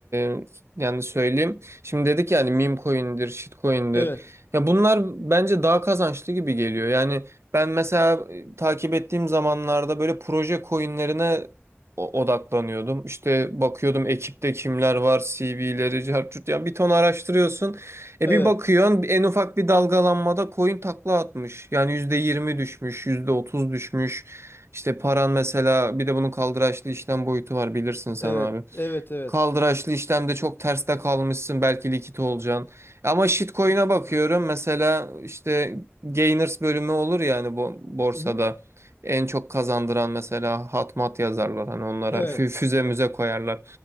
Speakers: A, on the right; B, on the left.
A: e, yani söyleyeyim. Şimdi dedik yani meme coin'dir, shit coin'dir.
B: evet.
A: Ya bunlar bence daha kazançlı gibi geliyor. Yani ben mesela e, takip ettiğim zamanlarda böyle proje coin'lerine o- odaklanıyordum. İşte bakıyordum ekipte kimler var, CV'leri, cartçut ya bir ton araştırıyorsun. E
B: Evet,
A: bir bakıyorsun en ufak bir dalgalanmada coin takla atmış. Yani %20 düşmüş, %30 düşmüş. İşte paran mesela bir de bunun kaldıraçlı işlem boyutu var bilirsin sen
B: evet,
A: abi.
B: evet, evet.
A: Kaldıraçlı işlemde çok terste kalmışsın belki likit olacaksın. Ama shitcoin'e bakıyorum mesela işte gainers bölümü olur yani bu borsada.
B: Hı hı.
A: En çok kazandıran mesela hatmat yazarlar hani onlara
B: Evet.
A: fü- füze müze koyarlar.